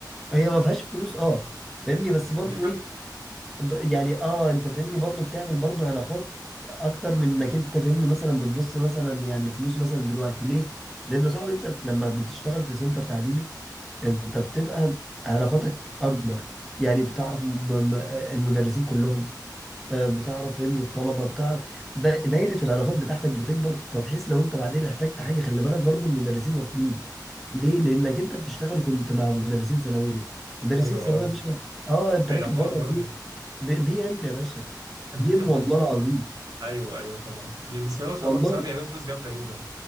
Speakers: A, in the centre; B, on the right.
A: هي ما فيهاش فلوس اه فاهمني بس
B: بس
A: برضو
B: مريحه
A: ايه ب- يعني اه انت فاهمني برضو بتعمل برضو علاقات اكتر من انك انت فاهمني مثلا بتبص مثلا يعني فلوس مثلا دلوقتي ليه لان يا صاحبي انت لما بتشتغل في سنتر تعليمي انت بتبقى علاقاتك اكبر يعني بتعرف م- م- المدرسين كلهم آه، بتعرف فهمني الطلبه بتعرف دا- دايره العلاقات بتاعتك بتكبر فبحيث لو انت بعدين احتجت حاجه خلي بالك برضو المدرسين واصلين ليه لانك انت بتشتغل كنت مع مدرسين ثانويه مدرسين
B: ايوه
A: ثانويه
B: اه
A: يا باشا اه انت
B: علاقات
A: راكب بره
B: برضه
A: بي بي, بي ام يا باشا
B: <laughs>
A: بي ام والله العظيم
B: ايوه ايوه طبعا بي- بسم الله ما
A: والله
B: شاء الله بصراحه بيعملوا فلوس جامده جدا